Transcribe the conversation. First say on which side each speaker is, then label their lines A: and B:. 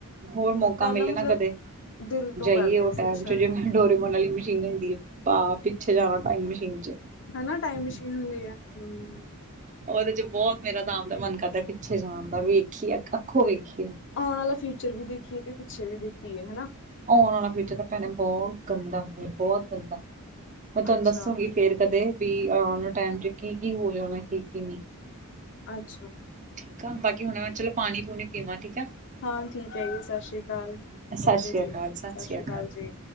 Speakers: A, on the right; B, on the left.
A: ਹੋਰ ਮੌਕਾ
B: ਪਹਿਲਾਂ
A: ਮਿਲੇ
B: ਮਤਲਬ
A: ਨਾ ਕਦੇ,
B: ਦਿਲ ਤੋਂ
A: ਜਾਈਏ
B: ਕਰਦੇ
A: ਓ ਟੈਮ
B: ਸੀ ਸ਼ਾਇਦ
A: ਚ ਜਿਵੇਂ ਡੋਰੇਮੋਨ ਆਲੀ ਮਸ਼ੀਨ ਭਾ ਪਿੱਛੇ ਜਾਨਾ ਟਾਈਮ ਮਸ਼ੀਨ ਚ
B: ਹੇਨਾ, ਟਾਈਮ ਮਸ਼ੀਨ ਹੁੰਦੀ ਐ, ਹਮ
A: ਓਦੇ ਚ ਬੋਹਤ ਮੇਰਾ ਤਾਂ ਆਪਦਾ ਮਨ ਕਰਦਾ ਪਿੱਛੇ ਜਾਨ ਦਾ ਵੇਖੀਏ ਅੱਖੋ ਵੇਖੀਏ
B: ਆਂਣ ਆਲਾ ਫਿਊਚਰ ਵੀ ਦੇਖੀਏ ਤੇ ਪਿੱਛੇ ਵੀ ਦੇਖੀਏ ਹੇਨਾ
A: ਆਉਣ ਆਲਾ ਫਿਊਚਰ ਤਾਂ ਭੈਣੇ ਬੋਤ ਗੰਦਾ ਬੋਤ ਗੰਦਾ ਮੈਂ ਤੁਆਨੂੰ
B: ਅੱਛਾ
A: ਦੱਸੂੰਗੀ। ਫੇਰ ਕਦੇ ਵੀ ਆਉਣ ਆਲੇ ਟੈਮ ਚ ਕੀ-ਕੀ ਹੋਇਆ ਹੋਣੈ ਕੀ-ਕੀ ਨਈਂ
B: ਅੱਛਾ
A: ਠੀਕ ਆ, ਬਾਕੀ ਹੁਨ ਮੈਂ ਚਲੋ ਪਾਨੀ-ਪੂਨੀ ਪੀਵਾਂ ਠੀਕ ਆ।
B: ਹਾਂ ਠੀਕ ਐ ਜੀ, ਸਸ਼੍ਰੀ ਕਾਲ
A: ਸਤਿ
B: ਓਕੇ
A: ਸ੍ਰੀ
B: ਜੀ
A: ਅਕਾਲ ਸਤਿ
B: ਸਸ਼੍ਰੀ
A: ਸ੍ਰੀ ਅਕਾਲ
B: ਕਾਲ ਜੀ।